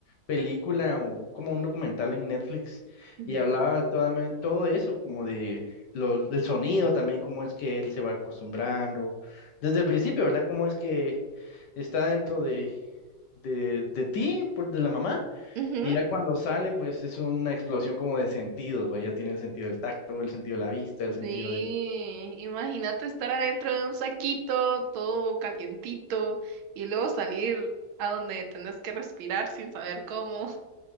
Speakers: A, on the left; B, on the right.
A: película o como un documental en Netflix
B: ujú,
A: y hablaba toda, todo eso, como de los, el sonido también, cómo es que él se va acostumbrando desde el principio, ¿verdad? Cómo es que está dentro de, de, de ti, por, de la mamá,
B: ujú.
A: y ya cuando sale, pues es una explosión como de sentidos, ¿va? Ya tiene el sentido del tacto, el sentido de la vista, el sentido
B: Sí,
A: de...
B: imagínate estar adentro de un saquito todo calientito y luego salir a donde tenés que respirar sin saber cómo.